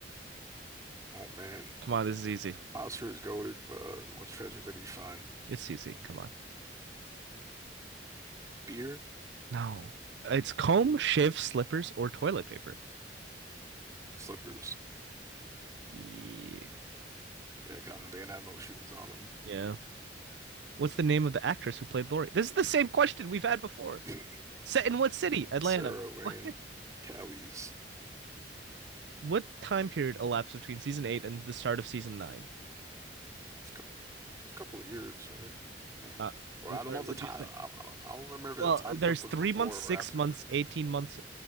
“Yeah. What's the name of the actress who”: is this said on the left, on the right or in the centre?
Right